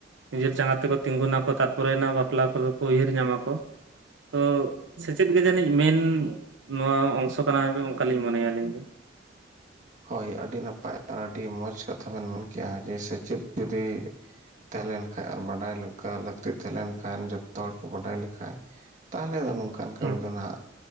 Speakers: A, on the right (about 80°); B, on the right (about 40°).
A: ᱱᱤᱡᱮᱨ ᱡᱟᱸᱜᱟ ᱛᱮᱠᱚ ᱛᱤᱸᱜᱩᱱᱟᱠᱚ ᱛᱟᱨᱯᱚᱨᱮ ᱵᱟᱯᱞᱟ ᱠᱚᱫᱚ ᱠᱚ ᱩᱭᱦᱟᱹᱨ ᱧᱟᱢᱟᱠᱚ ᱛᱚ ᱛᱮᱫ ᱜᱮ ᱡᱟᱹᱱᱤᱡ ᱢᱮᱱ ᱱᱚᱣᱟ ᱚᱝᱥᱚ ᱠᱟᱱᱟ ᱚᱝᱠᱟᱞᱤᱧ ᱢᱚᱱᱮᱭᱟ ᱟᱹᱞᱤᱧ ᱫᱚ᱾
B: ᱦᱳᱭ ᱟᱹᱰᱤ ᱱᱟᱯᱟᱭ ᱟᱨ ᱟᱹᱰᱤ ᱢᱚᱸᱡᱽ ᱠᱟᱛᱷᱟ ᱵᱮᱱ ᱢᱮᱱ ᱠᱮᱜ-ᱟ ᱡᱮ ᱥᱮᱪᱮᱫ ᱡᱩᱫᱤ ᱛᱮᱦᱮᱸ ᱞᱮᱱᱠᱷᱟᱡ ᱟᱨ ᱵᱟᱰᱟᱭ ᱞᱮᱠᱟᱱ ᱞᱟᱹᱠᱛᱤ ᱛᱟᱦᱮᱸ ᱞᱮᱱᱠᱷᱟᱱ ᱡᱚᱛᱚ ᱦᱚᱲ ᱠᱚ ᱵᱟᱰᱟᱭ ᱞᱮᱠᱷᱟᱡ ᱛᱟᱦᱚᱞᱮ ᱫᱚ ᱱᱩ ᱚᱱᱠᱟᱱ ᱠᱟᱹᱢᱤ
A: ᱦᱩᱸ
B: ᱫᱚ ᱱᱟᱦᱟᱜ